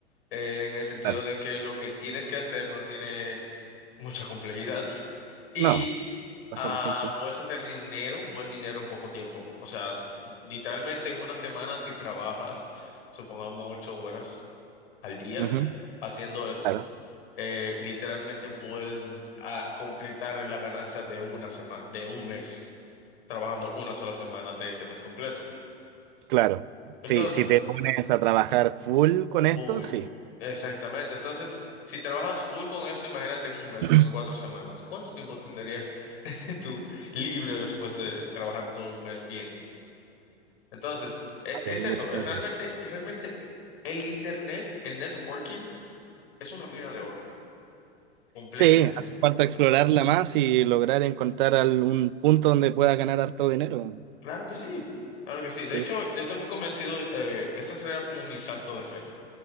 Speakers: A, on the left; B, on the right.
A: eh, en el sentido
B: claro.
A: de que lo que tienes que hacer no tiene mucha complejidad <laughs> y
B: No, bastante
A: ah,
B: simple.
A: puedes hacer dinero, buen dinero en poco tiempo. O sea, literalmente en una semana si trabajas, supongamos ocho horas al día
B: Ujú,
A: haciendo esto,
B: Claro,
A: eh, literalmente puedes ah, completar la ganancia de una semana, de un mes trabajando una sola semana de ese mes completo.
B: claro.
A: Entonces,
B: Sí, si te pones a trabajar full con esto,
A: full.
B: sí.
A: Exactamente. Entonces, si trabajas full con esto, imagínate en un
B: <clears throat>
A: mes,
B: Va
A: dos, cuatro semanas. ¿Cuánto tiempo tendrías <laughs> tú libre después de trabajar todo un mes bien? Entonces, es,
B: a tener
A: es eso.
B: mucho tiempo.
A: Es realmente, es realmente el internet, el networking, es una mina de oro. Completamente.
B: Sí, hace falta
A: Una
B: explorarla
A: mina de oro.
B: más y lograr encontrar algún punto donde pueda ganar harto dinero.
A: Claro que sí. Claro que sí.
B: Sí.
A: De hecho, yo estoy muy convencido. eh, este sería como mi salto de fe.